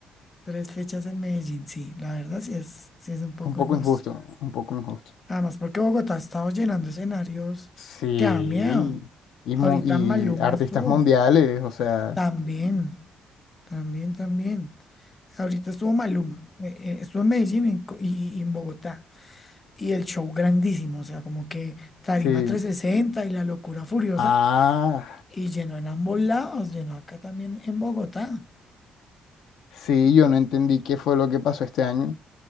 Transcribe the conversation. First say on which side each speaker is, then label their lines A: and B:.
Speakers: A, on the left; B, on the left.
A: Tres fechas en Medellín, sí, la verdad sí es, sí es un poco
B: Un poco
A: injusto.
B: injusto, un poco injusto.
A: Además, porque Bogotá ha estado llenando escenarios
B: Sí,
A: que da miedo.
B: y,
A: Ahorita
B: mu- y
A: Maluma
B: artistas
A: estuvo
B: mundiales, o sea,
A: también. También, también. Ahorita estuvo Maluma, eh, eh, estuvo en Medellín en Co- y, y en Bogotá. Y el show grandísimo, o sea, como que Tarima
B: sí.
A: 360 y la locura furiosa.
B: Ah,
A: Y llenó en ambos lados, llenó acá también en Bogotá.
B: sí, yo no entendí qué fue lo que pasó este año.